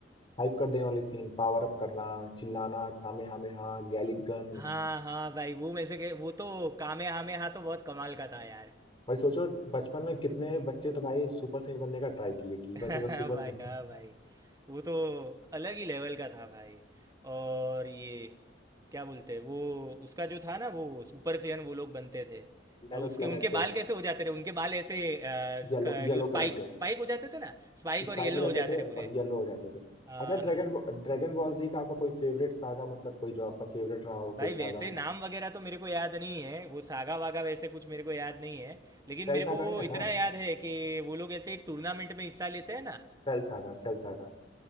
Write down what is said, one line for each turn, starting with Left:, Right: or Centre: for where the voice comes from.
Left: हाइप कर देने वाले सीन पावर अप करना चिल्लाना कामे हामे हा गैलिक गन
Right: हाँ हाँ भाई वो मेरे से के- वो तो कामे हामे हाँ तो बहुत कमाल का था यार
Left: भाई सोचो बचपन में कितने बच्चे तो भाई सुपर सैयन बनने का ट्राई किए कि
Right: <laughs>
Left: बस एक बार
Right: हाँ
Left: सुपर
Right: भाई
Left: सैयन
Right: हाँ भाई वो तो अलग ही लेवल का था भाई और ये क्या बोलते हैं वो उसका जो था ना वो सुपर सेयन वो लोग बनते थे
Left: डायनामिक
Right: अ, उसके
Left: प्लेनेट
Right: उनके
Left: <laughs> पे
Right: बाल कैसे हो जाते थे उनके बाल ऐसे अ, क-
Left: येलो येलो
Right: ये स्पाइक
Left: कलर के
Right: स्पाइक हो जाते थे ना स्पाइक
Left: स्पाइक
Right: और येलो
Left: हो जाते
Right: हो जाते
Left: थे
Right: थे पूरे
Left: और येलो हो जाते थे
Right: हाँ
Left: अच्छा ड्रैगन
Right: हाँ
Left: ड्रैगन बॉल जी का आपका कोई फेवरेट सागा मतलब कोई जो आपका फेवरेट रहा हो
Right: भाई
Left: कोई
Right: वैसे
Left: सागा
Right: नाम वगैरह तो मेरे को याद नहीं है वो सागा वागा वैसे कुछ मेरे को याद नहीं है लेकिन
Left: ट्वेल्व
Right: मेरे
Left: सागा
Right: को वो
Left: नहीं ना
Right: इतना
Left: था
Right: याद है कि वो लोग ऐसे एक टूर्नामेंट में हिस्सा लेते हैं ना
Left: Cell saga Cell saga